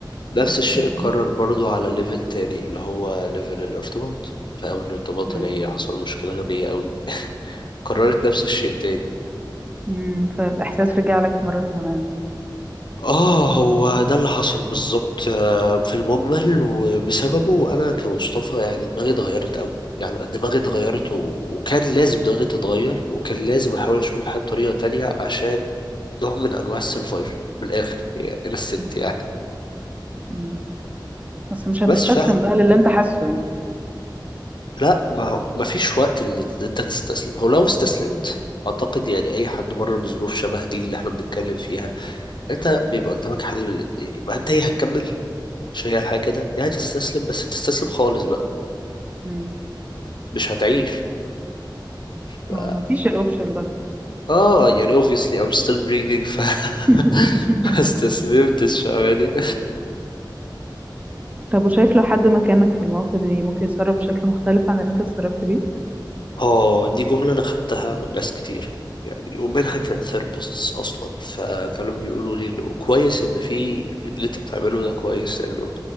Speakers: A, on the left; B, on the right.
A: نفس
B: اوكي
A: الشيء اتكرر برضو على ليفل تاني اللي هو ليفل الارتباط في أول ارتباط
B: امم
A: ليا حصل مشكلة غبية قوي كررت نفس الشيء تاني
B: امم فالاحساس رجع لك مره كمان
A: اه هو ده اللي حصل بالظبط آه، في المجمل وبسببه انا كمصطفى يعني دماغي اتغيرت قوي يعني دماغي اتغيرت و... وكان لازم دماغي تتغير وكان لازم احاول اشوف الحياة بطريقة تانية عشان نوع من انواع السرفايفل من الاخر يعني انستنكت
B: امم
A: يعني
B: امم بس مش هتستسلم
A: بس فعلا
B: بقى للي انت حاسه يعني
A: لا ما هو ما فيش وقت اللي انت تستسلم هو لو استسلمت اعتقد يعني اي حد مر بظروف شبه دي اللي احنا بنتكلم فيها انت بيبقى قدامك حل من الاتنين ما انت هي هتكمل مش هي الحياة كده يعني تستسلم بس تستسلم خالص بقى
B: امم
A: مش هتعيش
B: ما
A: ف...
B: هو ما فيش الاوبشن ده
A: اه يعني obviously I'm still breathing ف
B: <laughs>
A: <laughs> ما استسلمتش فاهماني
B: طب وشايف لو حد مكانك في المواقف دي ممكن يتصرف بشكل مختلف عن اللي انت اتصرفت بيه
A: اه دي جملة أنا خدتها من ناس كتير يعني ومنها كان ثيرابيستس أصلا فكانوا بيقولوا لي إنه كويس إن في اللي أنت بتعمله ده كويس لأنه